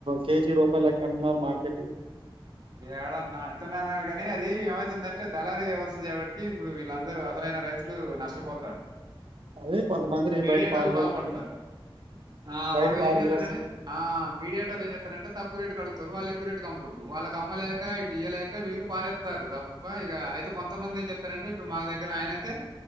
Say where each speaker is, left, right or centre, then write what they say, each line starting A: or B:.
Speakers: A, on the right; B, on the right.
A: కేజీ రూపాయలు లెక్క అంటున్నారు మార్కెట్ లో
B: ఏడ అంటనరే గనీ ఇది ఏమైతుందంటే దళారీ వ్యవస్థ చేపటికి ఇప్పుడు వీళ్ళందరూ అసలైన రైతులు నష్టపోతారు
A: అదే కొంతమందిరి
B: మీడియేటర్లు
A: బయట పారబోసుకుని
B: బాగుపడతారు ఆ
A: బయట
B: వాడు
A: పారబోసం
B: ఏం చేత్తందంటే ఆ మీడియేటర్లు ఏం చేత్తరంటే తక్కువ రేటు కడుగు తరు వాళ్ళు ఎక్కువ రేటు కు అమ్ముకుంట్రు వాళ్ళ కమ్మలేక ఇటు ఇయలేక వీళ్ళు పారేత్తర్రు తప్ప ఇక అయితే కొంతమంది ఏం చెతారంటే ఇప్పుడు మా దగ్గర ఆయన అయితే